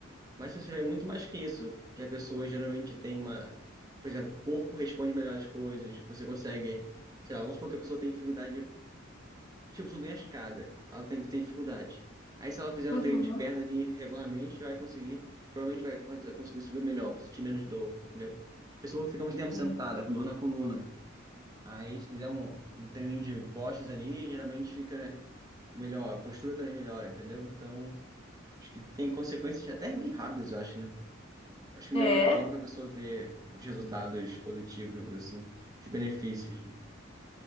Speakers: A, on the right (about 20°); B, on the left (about 30°).
A: Mas você vê muito mais que isso, que a pessoa geralmente tem uma... Por exemplo, o corpo responde melhor às coisas. Você consegue... Sei lá, vamos supor que a pessoa tem dificuldade... Tipo, subir a escada. Ela tem, que ter dificuldade. Aí se ela fizer
B: Uhum.
A: um treino de perna ali regularmente, vai conseguir... Provavelmente vai, cons- vai conseguir subir melhor, vai sentir menos dor, entendeu? A pessoa fica muito tempo
B: Sim.
A: sentada, com dor na coluna. Aí se fizer um, um treininho de costas ali, geralmente fica melhor, a postura também melhora, entendeu? Então, acho que tem consequências até bem rápidas, eu acho, né? Acho que não
B: É,
A: demora tanto para a pessoa ver os resultados positivos, vamos dizer assim, os benefícios, né?